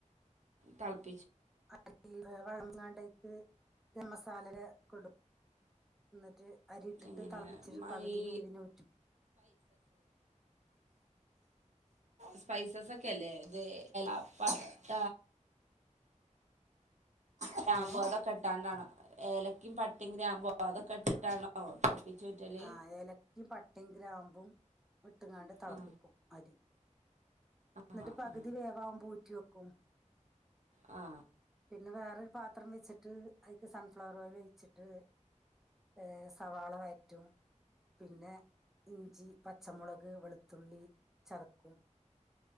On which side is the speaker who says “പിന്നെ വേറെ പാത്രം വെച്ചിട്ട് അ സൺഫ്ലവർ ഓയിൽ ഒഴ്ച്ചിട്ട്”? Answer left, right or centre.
Centre